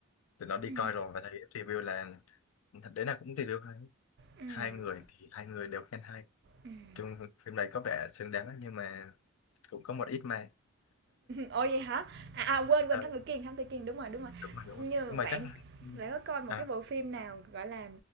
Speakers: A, on the left; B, on the right.
A: thì nó đi
B: ừm,
A: coi rồi và thấy review là thật đấy là cũng review hay
B: ừm,
A: hai người thì hai người đều khen hay
B: ừm.
A: chung phim này có vẻ xứng đáng nhưng mà cũng có một ít mà
B: Ồ vậy hả? À, à quên quên
A: à,
B: Thám Tử Kiên, Thám Tử Kiên đúng rồi, đúng rồi.
A: đúng rồi đúng
B: Như
A: rồi nhưng mà
B: bạn
A: chắc là- ừ.
B: bạn có coi một
A: à,
B: cái bộ phim nào gọi là